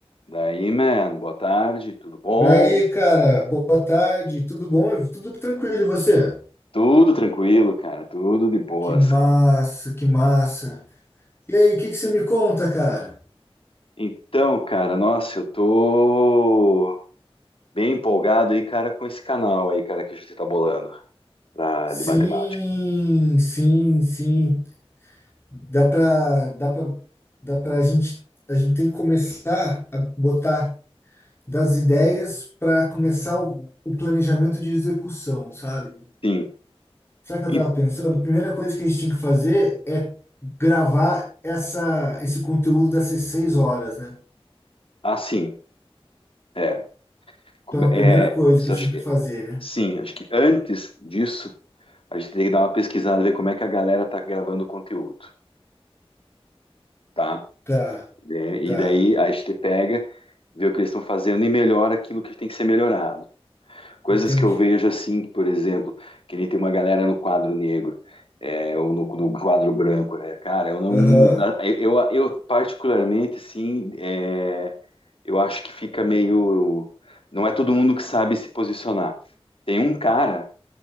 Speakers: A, on the left (about 65°); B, on the left (about 25°).
A: Daí, man, boa tarde, tudo bom?
B: Daí, cara, boa tarde, tudo bom? Tudo tranquilo, e você?
A: Tudo tranquilo, cara, tudo de boas,
B: Que massa,
A: cara.
B: que massa. E aí, o que que você me conta, cara?
A: Então, cara, nossa, eu tô bem empolgado aí, cara, com esse canal aí, cara, que a gente tá bolando pra-
B: Sim,
A: de matemática.
B: sim, sim. Dá pra, dá pra, dá pra gente, a gente tem que começar a botar das ideias para começar o, o planejamento de execução, sabe?
A: Sim,
B: Sabe o que eu
A: E-
B: tava pensando? A primeira coisa que a gente tinha que fazer é gravar essa, esse conteúdo dessas seis horas, né?
A: ah, sim, é. Como-
B: Então, a
A: É,
B: primeira coisa
A: isso
B: que eu
A: acho
B: tinha
A: que,
B: que fazer, né?
A: sim, acho que antes disso, a gente tem que dar uma pesquisada, ver como é que a galera tá gravando o conteúdo, tá?
B: Tá,
A: É,
B: tá,
A: e daí a gente pega, vê o que eles estão fazendo e melhora aquilo que tem que ser melhorado. Coisas
B: entendi.
A: que eu vejo assim, por exemplo, que ele tem uma galera no quadro negro, é, ou no, no quadro branco, né? Cara, eu não.
B: Aham,
A: Eu, eu, particularmente, assim, é, eu acho que fica meio. Não é todo mundo que sabe se posicionar. Tem um cara,